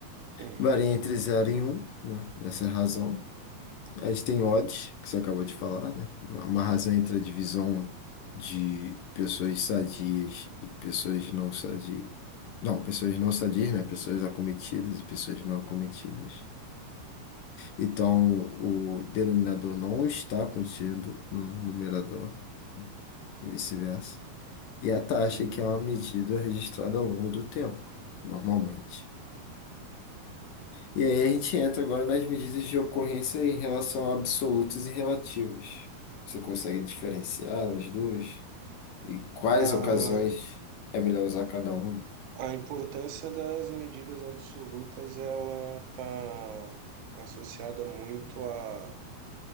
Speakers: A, on the right; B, on the left.
A: Uhum,
B: Varia entre zero e um né? Essa é a razão. A gente tem odds, que você acabou de falar, né? Uma uma razão entre a divisão de pessoas sadias e pessoas não sadias. Não, pessoas não sadias, né? Pessoas acometidas e pessoas não acometidas. Então, o denominador não está contido no numerador e vice-versa. E a taxa,
A: uhum.
B: é que é uma medida registrada ao longo do tempo, normalmente. E aí a gente entra agora nas medidas de ocorrência em relação a absolutas e relativas. Você consegue diferenciar as duas? E quais
A: A,
B: ocasiões é melhor usar cada uma?
A: a importância das medidas absolutas ela está associada muito à